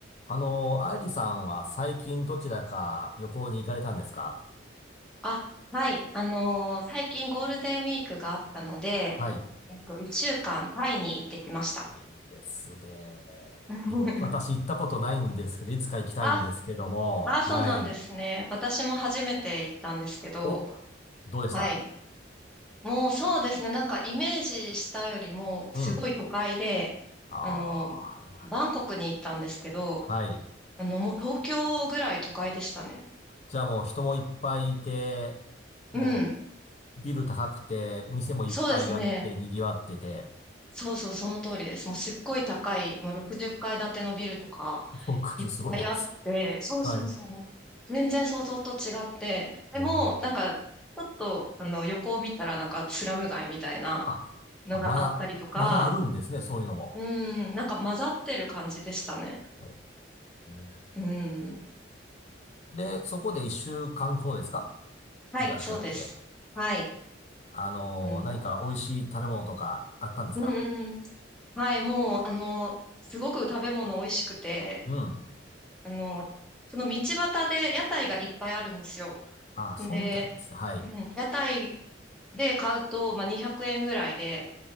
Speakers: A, on the left; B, in the centre.
A: あの、アイリさんは最近どちらか旅行に行かれたんですか
B: あ、はい。あのー最近ゴールデンウィークがあったので、
A: はい。
B: えっと、一週間タイに行ってきました。
A: いいですね。
B: <laughs>
A: い私行ったことないんですけど、いつか行きたいんですけども、
B: あ、あ、
A: はい。
B: そうなんですね。私も初めて行ったんですけど、
A: お、どうでした
B: はい。もうそうですね。なんかイメージしたよりも、
A: うん。
B: すごい都会で、
A: ああ、
B: あの
A: はいはい。
B: バンコクに行ったんですけど、
A: はい。
B: あの、もう東京ぐらい都会でしたね。
A: じゃあもう人もいっぱいいて、も
B: うん。
A: うビル高くて、店もいっぱいあって、
B: そうですね。
A: 賑わってて、
B: そうそう、その通りです。もうすっごい高い、もう60階建てのビルとか、
A: 60すごいな。
B: いっぱいあって、
A: <laughs>
B: そうそうそう。
A: はい。
B: 全然想像と違って、でも、
A: えー
B: なんか、ちょっと、あの、横を見たら、なんか、スラム街みたいな
A: あ、
B: のがあったりとか、
A: あまだ、まだあるんですね、そういうのも。
B: うん、なんか混ざってる感じでしたね。
A: えー
B: うん。
A: で、そこで一週間ほどですか
B: はい、
A: いらっしゃって。
B: そうです。はい。
A: あのー何か美味しい食べ物とかあったんですか
B: あの、うんうんうん。はい、もう、あの、すごく食べ物美味しくて、
A: うん。
B: あの、その道端で屋台がいっぱいあるんですよ。
A: ああ、
B: で、
A: そうみたいですね。はい。
B: うん、屋台で買うと、まあ、200円ぐらいで、